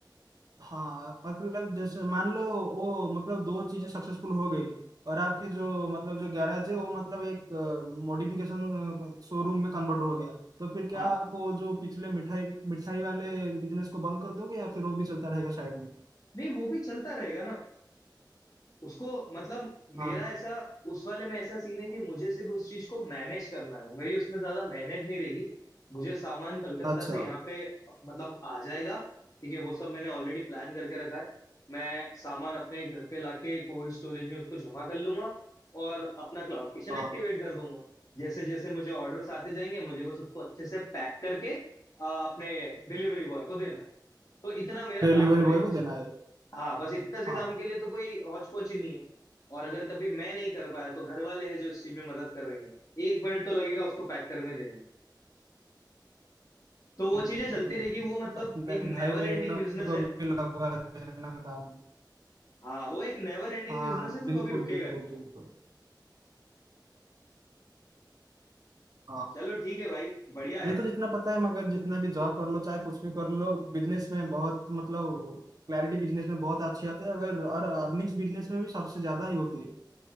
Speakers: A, on the right (about 55°); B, on the left (about 50°).
A: हाँ मतलब जैसे मान लो वो मतलब दो चीजें सक्सेसफुल हो गई और आपकी जो मतलब जो गैराज है वो मतलब एक मॉडिफिकेशन शोरूम में कन्वर्ट हो गया तो फिर क्या
B: हाँ
A: आप वो जो पिछले मिठाई मिठाई वाले बिजनेस को बंद कर दोगे या फिर वो भी चलता रहेगा साइड में
B: नहीं वो भी चलता रहेगा ना उसको मतलब मेरा
A: हाँ
B: ऐसा उस वाले में ऐसा सीन है कि मुझे सिर्फ उस चीज को मैनेज करना है मेरी उसमें ज्यादा मेहनत नहीं रहेगी मुझे सामान कलकत्ता
A: अच्छा
B: से
A: अच्छा
B: यहाँ पे मतलब आ जाएगा ठीक है वो सब मैंने ऑलरेडी प्लान करके रखा है मैं सामान अपने घर पे लाके कोल्ड स्टोरेज में उसको जमा कर लूंगा और अपना क्लाउड किचन
A: हाँ
B: एक्टिवेट कर दूंगा जैसे जैसे मुझे ऑर्डर्स आते जाएंगे मुझे बस उसको अच्छे से पैक करके अ, अपने डिलीवरी बॉय को देना है तो इतना मेरा
A: डिलीवरी
B: काम रहेगा
A: बॉय को देना है
B: हाँ बस इतने से
A: हाँ
B: काम के लिए तो कोई हौच पोच ही नहीं है और अगर कभी मैं नहीं कर पाया तो घर वाले हैं जो इस चीज में मदद कर रही हैं एक मिनट तो लगेगा उसको पैक करने में देने में तो वो
A: बिल्कुल
B: चीजें चलती रहेगी वो मतलब
A: अपने
B: एक
A: भाई
B: नेवर
A: बहनों
B: एंडिंग बिजनेस
A: को
B: है
A: भी लगवा देना काम में
B: हाँ वो एक नेवर एंडिंग
A: हाँ
B: बिजनेस है तो
A: बिल्कुल
B: कभी रुकेगा
A: बिल्कुल
B: नहीं
A: बिल्कुल हाँ
B: चलो ठीक है भाई बढ़िया है
A: मुझे तो जितना पता है मगर जितना भी जॉब कर लो चाहे कुछ भी कर लो बिजनेस में बहुत मतलब क्लैरिटी बिजनेस में बहुत अच्छी आती है अगर और अर्निंग्स बिजनेस में भी सबसे ज्यादा ही होती है